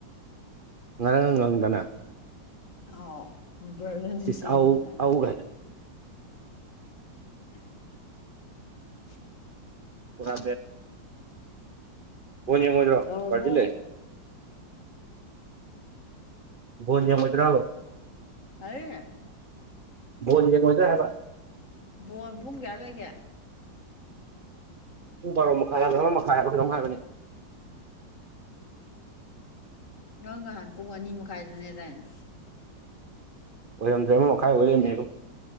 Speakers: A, on the right; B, on the left.
A: ꯉꯔꯥꯡ ꯉꯥꯡꯗꯅ
B: ꯑꯥꯎ ꯔꯇꯤ
A: ꯁꯤꯁ ꯑꯧ
B: ꯏꯗꯅ
A: ꯑꯧꯒꯥꯏ
B: ꯎꯝ
A: ꯄꯨꯔꯥ ꯐꯅꯤ ꯃꯂ
B: ꯌꯧꯔꯕꯣ
A: ꯄ ꯂꯩꯦ ꯣꯣꯟꯖ ꯃꯠꯇ꯭ꯔꯕ
B: ꯍꯥꯏꯌꯦ
A: ꯣꯜ ꯌꯦꯉꯖ ꯍꯥꯏꯕ
B: ꯕꯣꯟ ꯄꯨꯡ ꯀꯌꯥ ꯂꯩꯒꯦ
A: ꯄꯨꯡ ꯕꯥꯔꯣ ꯃꯈꯥ ꯌꯥꯎꯒꯗ꯭ꯔ ꯃꯈꯥ ꯌꯥꯎꯗ꯭ꯔꯥ ꯍꯥꯏꯕꯅꯦ
B: ꯉꯪ ꯉꯍꯥꯟ ꯄꯨꯡ ꯑꯅꯤ ꯃꯈꯥꯏꯗꯅꯦꯗꯥꯅ
A: ꯑꯣꯏꯔꯝꯗ꯭ꯔꯦ ꯑꯃ ꯃꯈꯥꯏ ꯑꯣꯏꯔꯝꯃꯦꯣ